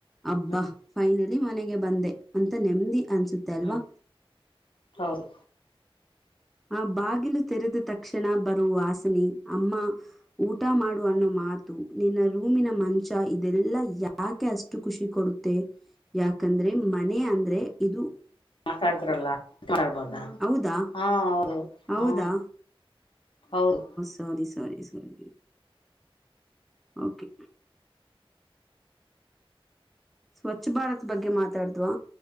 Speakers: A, in the centre; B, on the left.
A: ಅಬ್ಬಾ
B: ಹ್ಮ್
A: ಫೈನಲಿ ಮನೆಗೆ ಬಂದೆ ಅಂತ ನೆಮ್ಮದಿ ಅನ್ಸುತ್ತೆ ಅಲ್ವಾ
B: ಹ್ಮ್ ಹೌದು
A: ಆ ಬಾಗಿಲು ತೆರೆದ ತಕ್ಷಣ ಬರುವ ವಾಸನಿ ಅಮ್ಮ ಊಟ ಮಾಡು ಅನ್ನೋ ಮಾತು ನಿನ್ನ ರೂಮಿನ ಮಂಚ ಇ ದೆಲ್ಲಾ ಯಾಕೆ ಅಷ್ಟು ಖುಷಿ ಕೊಡುತ್ತೆ ಯಾಕಂದ್ರೆ ಮನೆ ಅಂದ್ರೆ ಇದು
B: ಮಾತಾಡ್ತಿರಲ್ಲ ಮಾತಾಡ್ಬರ್ದಾ
A: ಹೌದಾ
B: ಹಾ ಹೌದು
A: ಹೌದಾ
B: ಹಾ ಹೌದು
A: ಸರಿ ಸರಿ ಸರಿ ಓಕೆ ಸ್ವಚ್ಛ ಭಾರತ್ ಬಗ್ಗೆ ಮಾತಾಡ್ದ್ವಾ